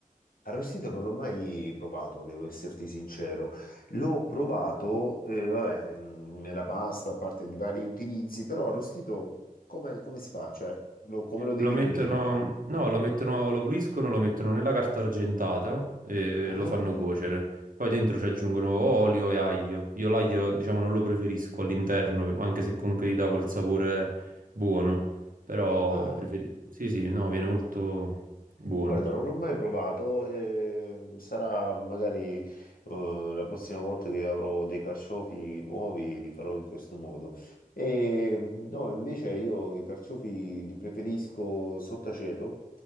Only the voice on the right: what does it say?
Lo mettono,
no, lo mettono, lo puliscono, lo mettono nella carta argentata e
lo fanno cuocere. Poi dentro ci aggiungono olio e aglio. Io l'aglio, diciamo, non lo preferisco all'interno, anche se comunque gli dà quel sapore buono. Però
preferi- Sì, sì, no, viene molto buono.